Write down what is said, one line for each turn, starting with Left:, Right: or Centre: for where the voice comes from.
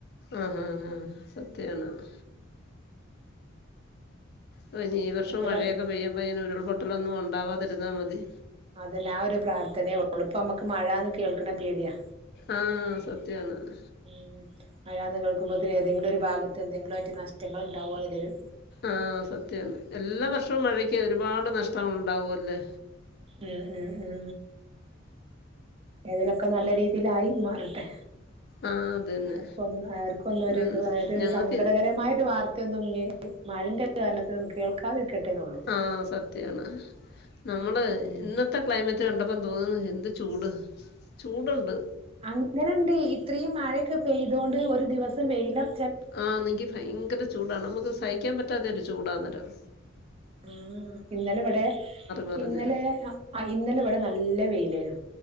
Left: ആഹ് ആഹ് ആഹ്. സത്യവാണത്. ആഹ് ഇഞ്ഞ് ഈ വർഷവും
Right: എന്ത്
Left: മഴയൊക്കെ
Right: ഭ
Left: പെയ്യുമ്പോയിങ്ങനെ ഉരുൾപൊട്ടലൊന്നും ഉണ്ടാവാതിരുന്നാ മതി.
Right: അതന്നെ ആ ഒരു പ്രാർത്ഥനേയൊള്ളൂ. ഇപ്പൊ അമ്മക്ക് മഴാന്ന് കേൾക്ക്ണെ പേടിയാ.
Left: ആഹ്. സത്യവാണത്
Right: ഉം. മഴാന്ന് കേൾക്കുമ്പോത്തിന് ഏതെങ്കിലൊര് ഭാഗത്ത് എന്തെങ്കിലുവായിറ്റ് നഷ്ട്ടങ്ങള് ഇണ്ടാവോന്ന്ല്ലൊര്.
Left: ആഹ്. സത്യാണ്. എല്ലാ വർഷവും മഴക്ക് ഒരുപാട് നഷ്ടങ്ങള്ണ്ടാവുവല്ലേ?
Right: ഉം ഉം ഉം. ഏതായിലൊക്കെ നല്ല രീതിയിലായി മാറട്ടെ.
Left: ആഹ് അതന്നെ
Right: ആർക്കും ഒന്ന് ആർക്ക് ഒന്നൊരിതും
Left: ഉം,
Right: ഒരു
Left: ഞങ്ങൾക്ക്
Right: സങ്കടകരമായ ഒരു വാർ ത്തയൊന്നും ഇഞ് മഴന്റെ കാരണത്തിലൊന്നും കേൾക്കാതിരിക്കട്ടേ എന്നൊള്ളൂ.
Left: ആഹ് സത്യവാണ് നമ്മള്
Right: ഉം
Left: ഇന്നത്തെ ക്ലൈമറ്റ് കണ്ടപ്പം തോന്നുന്നു എന്ത് ചൂട്. ചൂടുണ്ട്.
Right: അങ്ങനെണ്ട്. ഇത്രീം മഴൊക്കെ പെയ്തോണ്ട് ഒരു ദിവസം വെയ്ലർ
Left: ആഹ്. ഒന്നെങ്കി ഭയങ്കര ചൂടാണ്. നമുക്ക് സഹിക്കാൻ പറ്റാത്ത ഒരു ചൂടാ അന്നേരം.
Right: ആഹ് ഇന്നലെ ഇവടെ.
Left: മറിഞ്ഞ്
Right: ഇന്നലെ ആഹ് ഇന്നലെ ഇവടെ നല്ല വെയിലേനു.